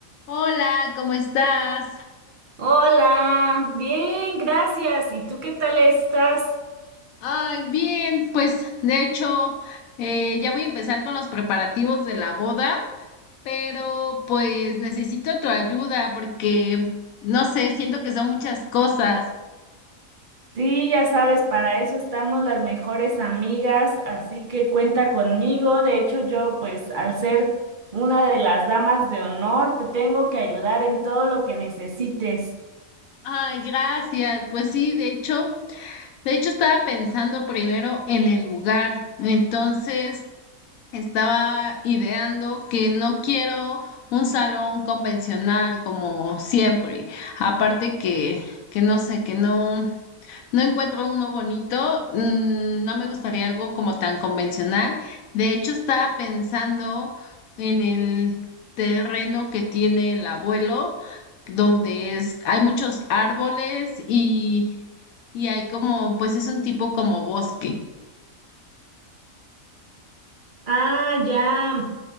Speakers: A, on the left; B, on the right.
A: Hola, ¿cómo estás?
B: Hola, bien, gracias. ¿Y tú qué tal estás?
A: Ay, bien, pues de hecho eh, ya voy a empezar con los preparativos de la boda, pero pues necesito tu ayuda porque no sé, siento que son muchas cosas.
B: Sí, ya sabes, para eso estamos las mejores amigas, así que cuenta conmigo. De hecho, yo, pues, al ser una de las damas de honor, te tengo que ayudar en todo lo que necesites.
A: Ay, gracias. Pues sí, de hecho, de hecho estaba pensando primero en el lugar. Entonces, Estaba ideando que no quiero un salón convencional como siempre. Aparte que, que no sé, que no, no encuentro uno bonito. mm, No me gustaría algo como tan convencional. De hecho, estaba pensando en el terreno que tiene el abuelo, donde es, hay muchos árboles y, y hay como, pues es un tipo como bosque.
B: Ah, ya.